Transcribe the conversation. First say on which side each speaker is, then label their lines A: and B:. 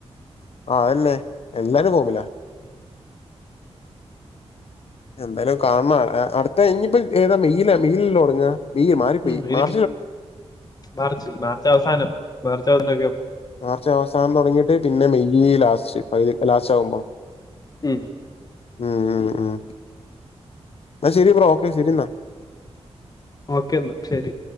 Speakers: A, on the left (about 60°); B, on the left (about 35°).
A: ആ അതന്നെ എല്ലാരും ഹോമിലാ എന്തായാലും അത് കാണണം. അട്ത്ത ഇനിപ്പം ഏതാ മേയ്യ്ല മേയ്യിലല്ലേ തൊടങ്ങുക ഇയി മേയ്യിൽ മാറിപ്പോയി
B: ഉം, ഇനി
A: മാർ
B: മാർച്ചിൽ. മാർച്ചവസാനം. മാർച്ച് അവസാനൊക പോകു
A: മാർച്ച് അവസാനം തൊടങ്ങിട്ട് പിന്നെ മെയ്യ് ലാസ്റ്റ് പകുതിക്ക് ലാസ്റ്റ് ആവുമ്പം.
B: മ്മ്
A: മ്മ് മ്മ്മ് ന്നാ ശെരി ബ്രോ. ഓക്കെ ശെരി ന്നാ
B: ഓക്കേ എന്നാ ശെരി